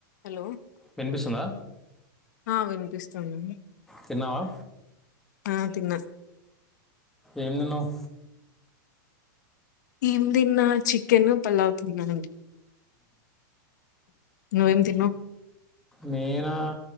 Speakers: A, on the left; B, in the centre.
A: Hello
B: విన్పిస్తుందా
A: ఆ వినిపిస్తుంది
B: తిన్నావా
A: ఆ తిన్న
B: ఏం తిన్నావు
A: ఎంతిన్నా చికెన్ పలావ్ తిన్నానండి నువ్వేం తిన్నావ్
B: నేనా